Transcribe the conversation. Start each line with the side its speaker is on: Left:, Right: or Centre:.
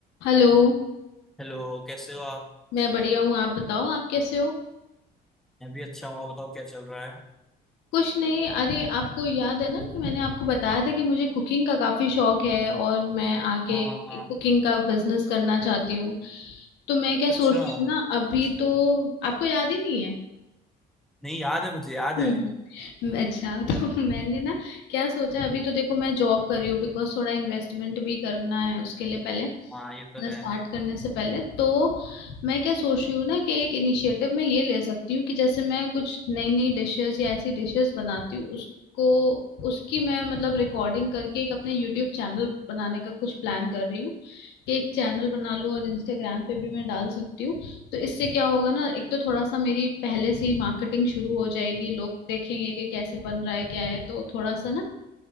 Left: Hello
Centre: Hello कैसे हो आप
Left: मैं बढ़िया हूँ आप बताओ आप कैसे हो
Centre: मैं भी अच्छा हूँ आप बताओ क्या चल रहा है
Left: कुछ नहीं अरे आपको याद है ना कि मैंने आपको बताया था कि मुझे कुकिंग का काफी शौक है और मैं आगे
Centre: हाँ हाँ हाँ
Left: कुकिंग का बिजनेस करना चाहती हूँ तो मैं क्या
Centre: अच्छा
Left: सोच रही हूँ ना अभी तो आपको याद ही नहीं है
Centre: नहीं याद है मुझे
Left: <laughs>
Centre: याद
Left: हम्म,
Centre: है
Left: अच्छा तो <laughs> मैंने ना क्या सोचा अभी तो देखो मैं जॉब कर रही हूँ बिकॉज थोड़ा इन्वेस्टमेंट भी करना है उसके लिए पहले
Centre: हाँ ये
Left: अपना
Centre: तो
Left: स्टार्ट
Centre: है
Left: करने से पहले तो मैं क्या सोच रही हूँ ना कि एक इनिशिएटिव मैं ये ले सकती हूँ कि जैसे मैं कुछ नई नई डिशेस या ऐसी डिशेस बनाती हूँ उसको उसकी मैं मतलब रिकॉर्डिंग करके एक अपने यूट्यूब चैनल बनाने का कुछ प्लान कर रही हूँ कि एक चैनल बना लूँ और इंस्टाग्राम पे भी मैं डाल सकती हूँ तो इससे क्या होगा ना एक तो थोड़ा सा मेरी पहले से ही मार्केटिंग शुरू हो जाएगी लोग देखेंगे कि कैसे बन रहा है क्या है तो थोड़ा सा ना